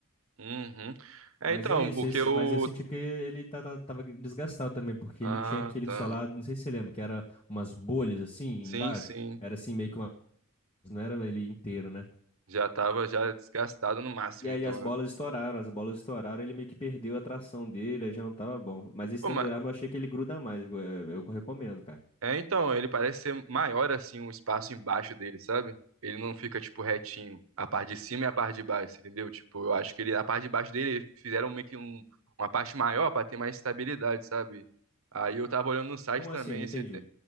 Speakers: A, on the right; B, on the left.
A: Uhum. É,
B: Mas
A: então,
B: é isso,
A: porque
B: esse-
A: o...
B: mas eu senti que ele tá- tá- tava desgastado também, porque
A: Ah,
B: ele tinha aquele
A: tá.
B: solado, não sei se você lembra, que era umas bolhas assim
A: Sim,
B: embaixo.
A: sim.
B: Era assim meio que uma. Não era ele inteiro, né?
A: Já tava já desgastado no máximo,
B: E aí
A: então,
B: as bolas
A: né?
B: estouraram, as bolas estouraram, ele meio que perdeu a tração dele, aí já não tava bom. Mas esse
A: Pô,
B: Thunderarm
A: mas...
B: eu achei que ele gruda mais, eu, eu recomendo, cara.
A: É, então, ele parece ser maior assim, um espaço embaixo dele, sabe? Ele não fica, tipo, retinho. A parte de cima e a parte de baixo, entendeu? Tipo, eu acho que ele, a parte de baixo dele, eles fizeram meio que um, uma parte maior pra ter mais estabilidade, sabe? Aí eu tava olhando no site
B: Como
A: também
B: assim? Não
A: esse.
B: entendi.
A: tê-